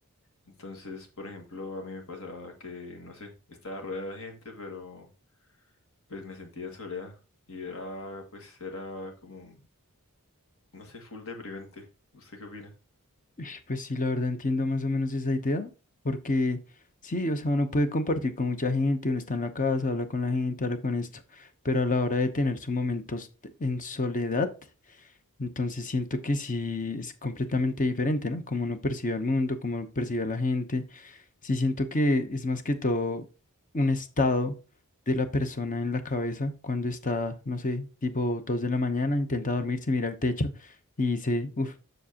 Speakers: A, on the left; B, on the left.
A: Entonces, por ejemplo, a mí me pasaba que, no sé, estaba rodeado de gente, pero... pues me sentía en soledad y era, pues era como, no sé, full deprimente. ¿Usted qué opina?
B: Ish, Pues sí, la verdad entiendo más o menos esa idea, porque sí, o sea, uno puede compartir con mucha gente, uno está en la casa, habla con la gente, habla con esto, pero a la hora de tener sus momentos t- en soledad, entonces siento que sí es completamente diferente, ¿no? Como uno percibe al mundo, como uno percibe a la gente, sí siento que es más que todo un estado de la persona en la cabeza cuando está, no sé, tipo 2 de la mañana, intenta dormirse, mira al techo y dice, uff.